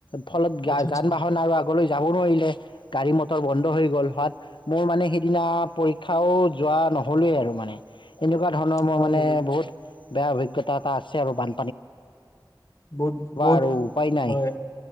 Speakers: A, on the left; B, on the left.
A: ফলত গা
B: আচ্ছা আচ্ছা
A: যান বাহন আৰু। আগলৈ যাব নোৱাৰিলে, গাড়ী মটৰ বন্ধ হৈ গ'ল হোৱাত মোৰ মানে। সেইদিনা পৰীক্ষাও যোৱা নহলেই আৰু মানে। এনেকুৱা ধৰণৰ মোৰ
B: হয়
A: মানে
B: নেকি
A: বহুত। বেয়া অভিজ্ঞতা এটা আছে আৰু বান।
B: বহুত বহুত
A: আৰু উপায় নাই
B: হয়,